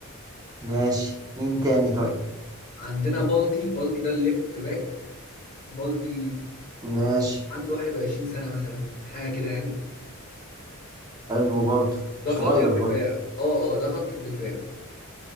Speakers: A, on the right (about 15°); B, on the left (about 40°).
A: ماشي مين تاني طيب
B: عندنا بالدي بالدي ده الليفت باك بالدي
A: ماشي
B: عنده 21 سنه مثلا حاجه كده يعني
A: حلو برضه
B: ده
A: صغير
B: خط الدفاع
A: برضه
B: اه اه ده خط الدفاع